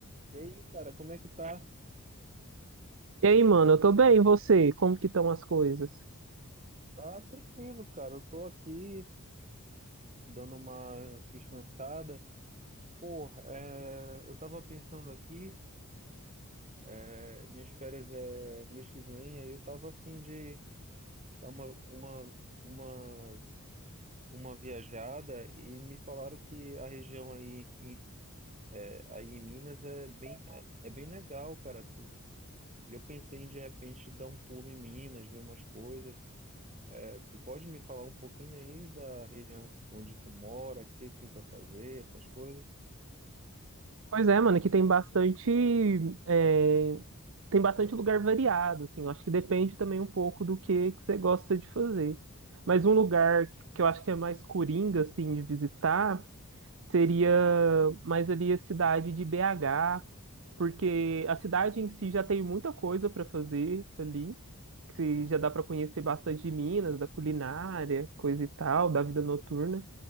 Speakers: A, on the right; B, on the right.
A: E aí, cara, como é que tá?
B: E aí, mano, eu tô bem, e você? Como que estão as coisas?
A: Tá tranquilo, cara. Eu tô aqui dando uma descansada. Pô, é, eu tava pensando aqui, é, minhas férias é mês que vem, aí eu tava afim de dar uma, uma, uma, uma viajada e me falaram que a região aí, em- é, aí em Minas é bem, é, é bem legal, cara. Eu pensei em de repente dar um pulo em Minas, ver umas coisas. É, tu pode me falar um pouquinho aí da região onde tu mora, o que que tem para fazer, essas coisas?
B: Pois é, mano, aqui tem bastante, é, tem bastante lugar variado, assim, eu acho que depende também um pouco do que, que você gosta de fazer. Mas um lugar que eu acho que é mais coringa, assim, de visitar, seria mais ali a cidade de BH, porque a cidade em si já tem muita coisa para fazer ali, que se- já dá para conhecer bastante de Minas, da culinária, coisa e tal, da vida noturna.